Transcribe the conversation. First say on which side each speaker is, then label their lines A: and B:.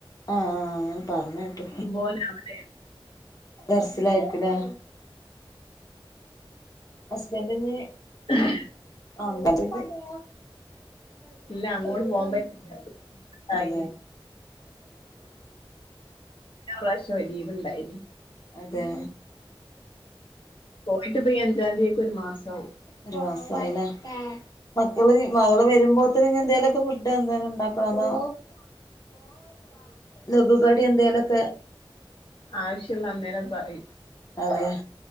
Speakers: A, on the left; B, on the left.
A: ആഹ് ആഹ് അങ്ങനെ പറഞ്ഞ കേട്ടു
B: ഇപ്പോന് അവിടെ
A: ദർസിലായിരിക്കുല്ലേ ഹസ്ബെന്റിന്
B: ആഹ <unintelligible>
A: ആഹ് <unintelligible>
B: ഇല്ല അങ്ങോട്ട് പോകാൻ പറ്റില്ല ഉണ്ടായിനി
A: അതെ
B: പ്രാശ്യം ലി ഉണ്ടായിന്
A: അതെ
B: പോയിട്ട് പ്പം ഈ അഞ്ചാം തീയതിയക്ക ഒരു മാസമാവും
A: ഒരുമാസായില്ലേ മക്കള് മകള് വരുമ്പോത്തന് ഇനി എന്തേലുക്കെ ഫുഡ് എന്തായാലും ഉണ്ടാക്കണം അതാ ലകു കടി എന്തേലൊക്കെ
B: ആവശ്യള്ള അന്നേര പറിം
A: അതെ